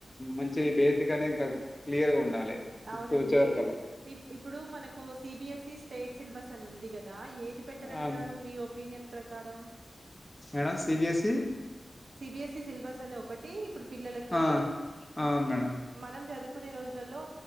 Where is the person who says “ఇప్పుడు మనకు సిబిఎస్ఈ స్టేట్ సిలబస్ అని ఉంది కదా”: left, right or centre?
Right